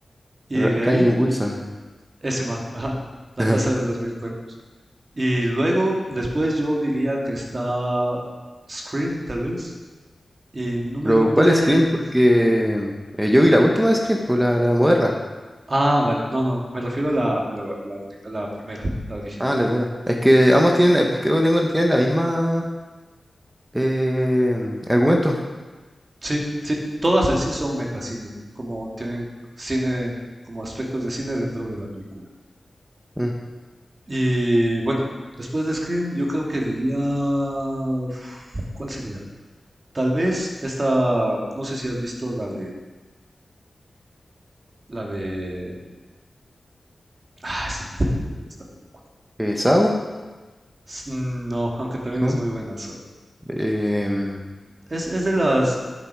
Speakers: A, on the right; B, on the right.
A: Y
B: Ra-
A: de ahí,
B: Rainn Wilson.
A: ese man, ajá, La
B: <laughs>
A: Casa de los Mil Cuerpos. Y luego, después yo diría que está Scream, tal vez. Y mi número
B: Pero
A: 3.
B: ¿cuál Scream? Porque eh, yo vi la última de Scream, pues la, la moderna.
A: Ah, vale. No, no, me refiero a la, a la, la única, a la primera, la original.
B: Ah, la primera. Es que ambos tienen, eh, creo que tengo- tienen la misma eh, argumento.
A: Sí, sí, todas en sí son metacine, ¿no? Como tienen cine, como aspectos de cine dentro de la película.
B: Mm.
A: Y bueno, después de Scream, yo creo que diría... uf, ¿Cuál sería? Tal vez esta, no sé si has visto la de, la de... Ay, se me fue el nombre de esta película.
B: Eh, ¿Saw?
A: S- No, aunque también
B: No.
A: es muy buenazo.
B: Em,
A: Es, es de las...